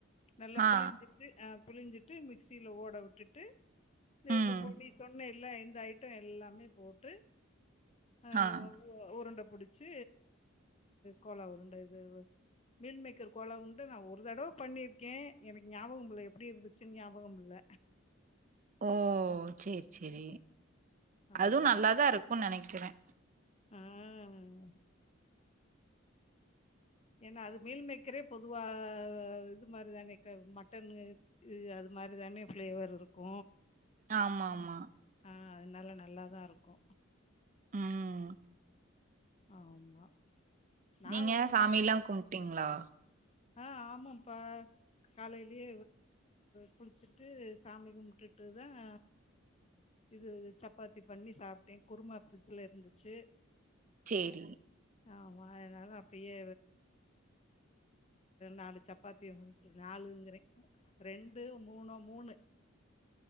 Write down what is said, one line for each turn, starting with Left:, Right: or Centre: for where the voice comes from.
Left: நல்லெ
Right: ஆ
Left: புழிஞ்சிட்டு ஆஹ் புழிஞ்சிட்டு மிக்சில ஓட விட்டுட்டு தெ
Right: ம்
Left: இப்பொ போய் நீ சொன்னேல் இல்லெ இந்தெ ஐட்டோ எல்லாமே போட்டு ஆ,
Right: ஆஹ்
Left: உருண்டை பிடிச்சு கோலா உருண்டை இது மில் மேக்கர் கோலா உருண்ட நான் ஒரு தடவ பண்ணிருக்கேன் எனக்கு ஞாபகம் இல்ல எப்படி இருந்துச்சுன்னு ஞாபகம் இல்ல
Right: ஓஹ் சரி சரி
Left: ஆமா
Right: அதுவும் நல்லாதா இருக்கும்னு நினைக்கிறேன்
Left: ஆஹ் ஏன்னா அது மீல் மேக்கரே பொதுவா இது மாதிரி தானே மட்டன் இ அது மாதிரி தானே ஃபேளேவர் இருக்கு
Right: ஆமா ஆமா
Left: ஆஹ் அதனால நல்லாதான் இருக்கு
Right: ம்
Left: ஆமா நா
Right: நீங்க
Left: வந்து
Right: சாமி எல்லாம் கும்பிட்டீங்களா
Left: ஆஹ் ஆமாப்பா காலையிலயே குளிச்சுட்டு சாமி கும்பிட்டுட்டு தான் இது சப்பாத்தி பண்ணி சாப்பிட்டேன் குருமா ஃப்ரிட்ஜல இருந்துச்சு
Right: சரி
Left: ஆமா அதனாலா அப்படியே நாலு சப்பாத்தி நாலுங்கிறேன் ரெண்டு மூணு மூணு